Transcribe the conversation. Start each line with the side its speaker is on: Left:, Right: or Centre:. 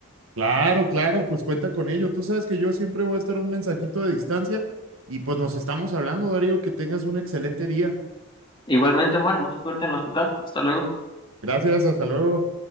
Right: Claro, claro, pues cuenta con ello. Tú sabes que yo siempre voy a estar un mensajito de distancia y pues nos estamos hablando, Darío, que tengas un excelente día.
Left: Igualmente, Omar, mucha suerte en el hospital. Hasta luego.
Right: Gracias, hasta luego.